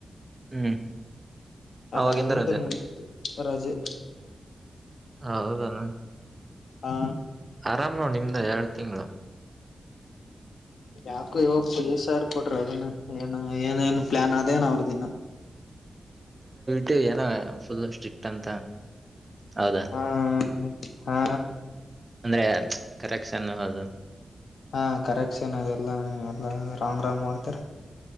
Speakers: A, on the right; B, on the left.
A: ಹ್ಮ್
B: ಅದಾದಂತ
A: ಅವಾಗಿಂದ ರಜೆ
B: ಮುಗಿತು ರಜೆ
A: ಹ ಹೌದಾನ,
B: ಆ
A: ಆರಾಮು ನಿಮ್ದೆ ಎರ್ಡ್ ತಿಂಗ್ಳ
B: ಯಾಕೋ ಇವಗ್ <unintelligible> ಸಾರ್ ಕೊಡ್ರಿ ಅದನ್ನ, ಏನ್ ಏನೇನ್ ಪ್ಲಾನ್ ಅದೇನ ಅವ್ರ್ದಿನ್ನ
A: ತು ಏನಾ ಫುಲ್ ಸ್ಟ್ರಿಕ್ಟ್ ಅಂತ ಹೌದಾ
B: ಹಾ ಹಾ
A: ಅಂದ್ರೆ ಕರೆಕ್ಷನ್ನು ಅದು
B: ಹಾ ಕರೆಕ್ಷನ್ ಅದೆಲ್ಲಾ ಎಲ್ಲ ರಾಂಗ್ ರಾಂಗ್ ಮಾಡ್ತರ